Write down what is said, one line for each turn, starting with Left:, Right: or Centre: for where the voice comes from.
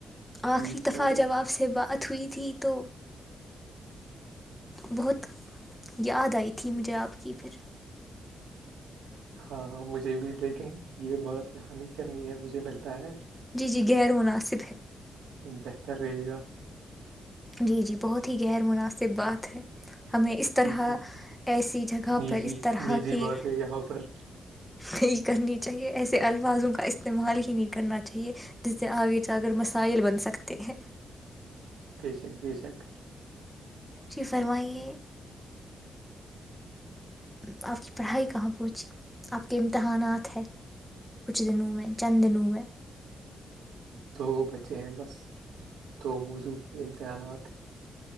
Right: ٹھیک
Centre: آخری دفع
Right: جا رہی
Centre: جب اپ سے بات ہھوئی تھی تو بہت یاد آئی تھی مجھے آپ کی پھر
Right: ہاں ہاں مجھے بھی لیکن یہ بات یہاں نہیں کرنی ہے مجھے لگتا ہے
Centre: جی جی خیرمناسب <unintelligible> صب ہے <unintelligible>
Right: بہتر رہے گا
Centre: جی جی بہت ہی غیر مناسب بات ہے ہمیں اس طرح
Right: جی جی
Centre: ایسی جگہ
Right: نجی
Centre: پر اس طرح
Right: نجی
Centre: کی
Right: بات ہے یہاں پر
Centre: نہیں کرنی چاہیے ایسے الفاظوں کا استعمال ہی نہیں کرنا چاہیے جس سے آگے جا کر مسائل بن سکتے ہیں
Right: بی شک بی شک
Centre: جی فرمائیے آپ کی پڑھائی کہاں پہنچی آپ کے امتحانات ہے کچھ دنوں میں چند دنوں میں
Right: دو بچے ہیں بس دو موضوع کے امتحانات